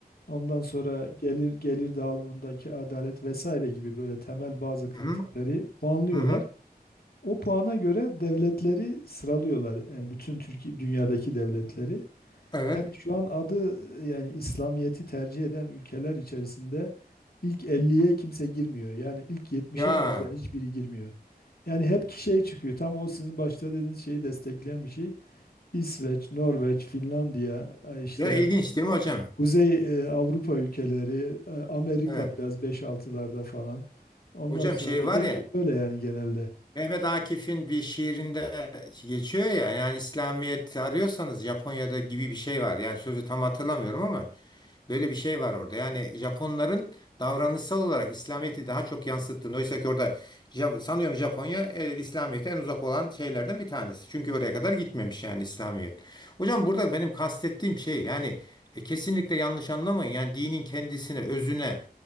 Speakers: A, on the left (about 70°); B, on the left (about 25°).
A: Ondan sonra gelir gelir dağılımındaki adalet vesaire gibi böyle temel bazı kriterleri
B: hı
A: puanlıyorlar.
B: hı hı.
A: O puana göre devletleri sıralıyorlar. Yani bütün Türkiye dünyadaki devletleri.
B: Evet.
A: Yani şu an adı yani İslamiyet'i tercih eden ülkeler içerisinde ilk elliye kimse girmiyor. Yani ilk 70'e
B: Ya,
A: bazen hiçbiri girmiyor. Yani hep ki şey çıkıyor. Tam o sizin başta dediğiniz şeyi destekleyen bir şey. İsveç, Norveç, Finlandiya, işte
B: ya ilginç değil mi hocam?
A: Kuzey e, Avrupa ülkeleri, e, Amerika
B: Evet.
A: biraz beş altılarda falan. Ondan
B: Hocam
A: sonra
B: şey
A: ge-
B: var ya
A: böyle yani genelde.
B: Mehmet Akif'in bir şiirinde geçiyor ya yani İslamiyet arıyorsanız Japonya'da gibi bir şey var. Yani sözü tam hatırlamıyorum ama böyle bir şey var orada. Yani Japonların davranışsal olarak İslamiyet'i daha çok yansıttığını. Oysa ki orada Jap- sanıyorum Japonya e, İslamiyet'e en uzak olan şeylerden bir tanesi. Çünkü oraya kadar gitmemiş yani İslamiyet. Hocam burada benim kastettiğim şey yani e, kesinlikle yanlış anlamayın. Yani dinin kendisine, özüne